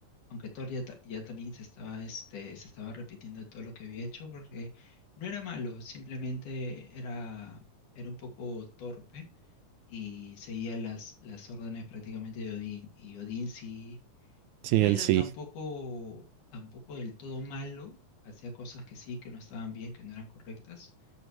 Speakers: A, on the left; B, on the right.
A: aunque Thor ya, ta- ya también se estaba, este, se estaba arrepintiendo de todo lo que había hecho, porque no era malo, simplemente era, era un poco torpe y seguía las, las órdenes prácticamente de Odín. Y Odín sí
B: Sí,
A: no
B: él
A: era
B: sí,
A: tampoco, tampoco del todo malo, hacía cosas que sí, que no estaban bien, que no eran correctas